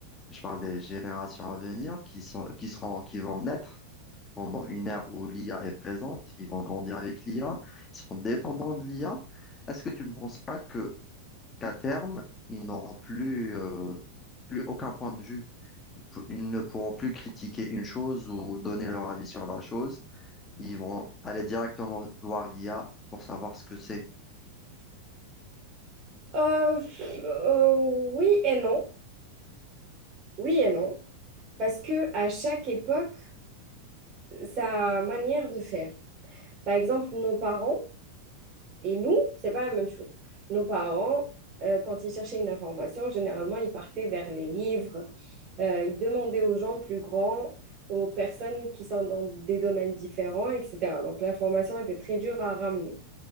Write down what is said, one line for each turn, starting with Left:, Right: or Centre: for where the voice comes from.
Left: je parle des générations à venir qui sont, qui seront, qui vont naître pendant une ère où l'IA est présente, ils vont grandir avec l'IA, ils seront dépendants de l'IA. Est-ce que tu ne penses pas que qu'à terme, ils n'auront plus, euh, plus aucun point de vue? P- Ils ne pourront plus critiquer une chose ou donner leur avis sur la chose. Ils vont aller directement voir l'IA pour savoir ce que c'est.
Right: Euh, euh, oui et non. Oui et non. Parce que à chaque époque, sa manière de faire. Par exemple, nos parents et nous, c'est pas la même chose. Nos parents, euh, quand ils cherchaient une information, généralement, ils partaient vers les livres, Euh, ils demandaient aux gens plus grands, aux personnes qui sont dans des domaines différents, etc. Donc l'information était très dure à ramener.